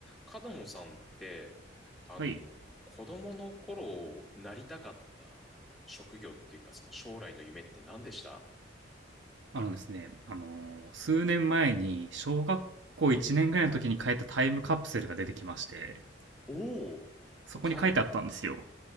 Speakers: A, in the centre; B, on the right (about 75°).
A: 角野さんって、あの、
B: はい。
A: 子供の頃なりたかった職業っていうか、その将来の夢って何でした
B: あのですね、あのー数年前に小学校1年ぐらいの時に書いたタイムカプセルが出てきまして、
A: おおー、
B: そこに書いてあったんですよ。
A: タイムリー。